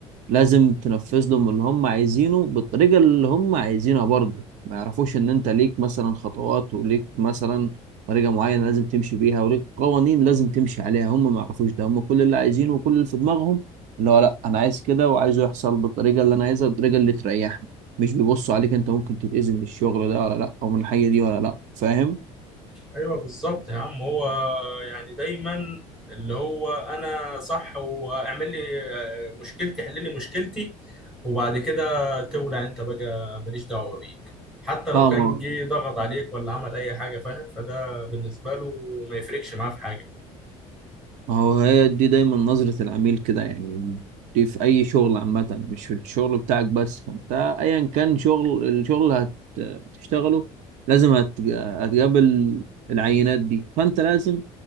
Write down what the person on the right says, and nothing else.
لازم تنفذ لهم اللي هم عايزينه بالطريقة اللي هم عايزينها برضه ما يعرفوش ان انت ليك مثلا خطوات وليك مثلا طريقة معينة لازم تمشي بيها وليك قوانين لازم تمشي عليها هم ما يعرفوش ده هم كل اللي عايزينه وكل اللي في دماغهم اللي هو لا انا عايز كده وعايزه يحصل بالطريقة اللي انا عايزها بالطريقة اللي تريحني مش بيبصوا عليك انت ممكن تتأذي من الشغل ده ولا لا او من الحاجة دي ولا لا فاهم
اه
ما
ما هو هي دي دايما نظرة العميل كده يعني دي في أي شغل عامة مش في الشغل بتاعك بس فأنت أيا كان شغل الشغل اللي هت- هتشتغله لازم هت- هتقابل العينات دي فأنت لازم